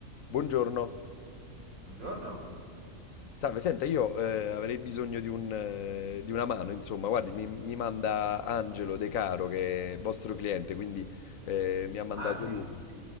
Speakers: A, on the left; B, on the right.
A: Buongiorno.
B: Buongiorno.
A: Salve, senta, io eh, avrei bisogno di un, eh, di una mano, insomma, guardi, mi, mi manda Angelo De Caro, che è vostro cliente, quindi eh, mi ha mandato
B: Ah, sì,
A: lui.
B: sì, sì.